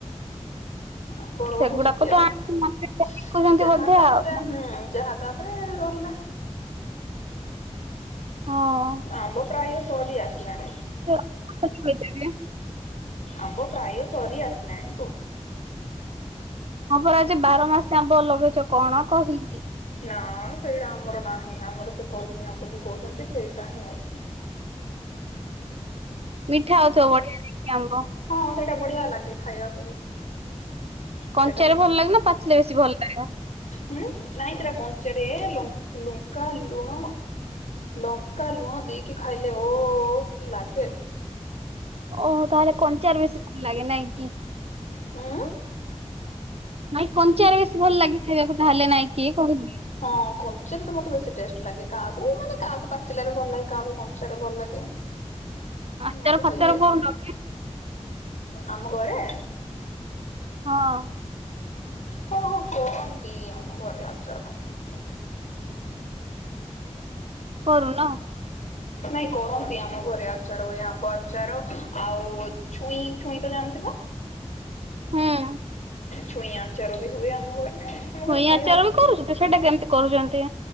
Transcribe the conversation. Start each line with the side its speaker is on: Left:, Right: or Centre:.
Left: ଆମ୍ବ ରହୁଚି
Right: ସେଗୁଡାକ
Left: କି
Right: ତ
Left: ଆଉ
Right: ଆଣିକି ମାର୍କେଟରେ ବିକୁଛନ୍ତି
Left: ଯାହା
Right: ବୋଧେ
Left: ତାପରେ
Right: ଆଉ।
Left: ହୁଁ ଯାହା ତାପରେ ରହିଲା
Right: ହଁ।
Left: ଆମ୍ବ ପ୍ରାୟ ସରି ଆସିଲାଣି।
Right: କଣ କହିଲେ ଏବେ?
Left: ଆମ୍ବ ପ୍ରାୟ ସରି ଆସିଲାଣି କଉ
Right: ହଁ ପରା ସେ ବାରମାସୀ ଆମ୍ବ ଲଗେଇଛ କଣ କହିକି?
Left: ନାଇଁ ସେଇଡ଼ା ଆମର ନାହିଁ ଆମର ସେ କଲିମୀ ଆମ୍ବ ଯୋଉ କହୁଛନ୍ତି ସେଇଟା ହିଁ ଅଛି।
Right: ମିଠା ହଉଥିବ <unintelligible> ଆମ୍ବ
Left: ହଁ ସେଇଟା ବଢ଼ିଆ ଲାଗେ ଖାଇବାକୁ ବି।
Right: କଞ୍ଚାରେ
Left: ସେଇଟା ତ
Right: ଭଲ୍ ଲାଗେ ନା ପାଚିଲେ ବେଶୀ ଭଲ୍ ଲାଗେ?
Left: ହୁଁ ନାଇଁ ସେରା କଞ୍ଚାରେ ଲଙ୍କ ଲୁଙ୍କା ଲୁଣ ଲଙ୍କା ଲୁଣ ଦେଇକି ଖାଇଲେ ଓଃ କି ଲାଗେ।
Right: ଓଃ ହୋ ତାହେଲେ କଞ୍ଚାରେ ବେଶୀ ଭଲ୍ ଲାଗେ ନାଇଁ କି?
Left: ହୁଁ।
Right: ନାଇଁ କଞ୍ଚାରେ ବେଶୀ ଭଲ୍ ଲାଗେ ଖାଇବାକୁ ତାହେଲେ ନାଇଁ କିଏ କହିଚି?
Left: ହଁ କଞ୍ଚାରେ ତ ମତେ ବେଶୀ ଟେଷ୍ଟ୍ ଲାଗେ କାହାକୁ ମାନେ କାହାକୁ ପାଚିଲାରେ ଭଲ୍ ଲାଗେ କାହାକୁ କଞ୍ଚାରେ ତ ଭଲ୍ ଲାଗେ
Right: ଆଚାର
Left: ମତେ
Right: ଫାଚାର
Left: ତ ଇଏ
Right: କରୁନ କି?
Left: ଆମ ଘରେ?
Right: ହଁ।
Left: ହଁ କରନ୍ତି ଆମ ଘରେ ଆଚାର ଫାଚାର।
Right: କରୁନ?
Left: ନାଇଁ କରନ୍ତି ଆମ ଘରେ ଆଚାର ବଢ଼ିଆ ଆମ୍ବ ଆଚାର ଆଉ ଛୁଇଁ ଛୁଇଁ ତ ଜାଣିଥିବ?
Right: ହଁ।
Left: ଛୁଇଁ ଆଚାର ବି ହୁଏ ଆମ ଘରେ। ଆମ
Right: ଛୁଇଁ
Left: ଘରେ ପ୍ରାୟ
Right: ଆଚାର ବି କରୁଚ ସେଇଟା କେମିତି କରୁଚନ୍ତି?